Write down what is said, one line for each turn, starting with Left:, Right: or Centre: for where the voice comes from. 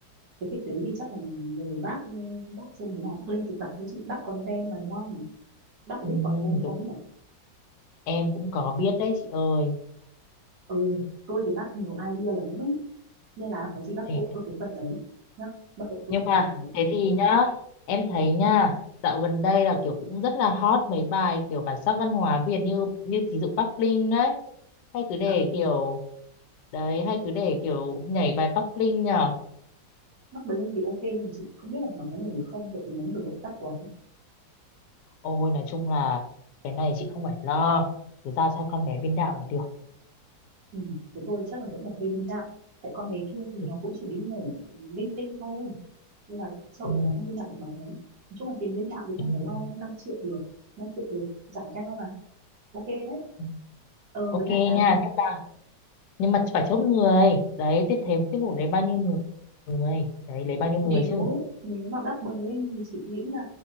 Right: cái kịch đấy thì chắc là người bác ờ, bác xem thế nào bác lên kịch bản với chị bác content mà đúng không bác có
Left: ừ,
Right: biết content
Left: đúng
Right: không ấy nhỉ
Left: em cũng có biết đấy chị ơi
Right: ừ tôi thì bác nhiều idea lắm ấy nên là có gì bác
Left: thế
Right: hộ tôi cái phần đấy nhá bác hộ tôi
Left: nhưng
Right: cái
Left: mà
Right: phần đấy
Left: thế thì nhá em thấy nha dạo gần đây là kiểu cũng rất là hot mấy bài kiểu bản sắc văn hóa Việt như như thí dụ Bắc Linh đấy hay cứ để
Right: À,
Left: kiểu đấy hay cứ để kiểu nhảy bài Bắc Linh nhờ
Right: Mắc Blink thì ok nhưng mà chị không biết là nó có nhảy được không tại vì nó nhiều động tác quá
Left: ôi nói chung là cái này chị không phải lo cứ giao cho con bé biên đạo là được
Right: ừ thế thôi chắc là vẫn là thuê biên đạo tại con mấy kia thì nó
Left: ừ,
Right: cũng chỉ đi nhảy linh tinh thôi nên là sợ
Left: ừ,
Right: là nó không biên đạo được mấy đấy nói chung là tiền biên đạo thì
Left: ừ.
Right: không phải lo năm triệu được năm triệu được giải cao mà ok đấy
Left: ừ.
Right: ờ
Left: ok
Right: với lại là
Left: nha nhưng mà nhưng mà phải chốt người đấy tiếp thêm tiết mục đấy bao nhiêu người người đấy lấy bao nhiêu người
Right: nếu
Left: chứ
Right: nếu mà bác Blink thì chị nghĩ là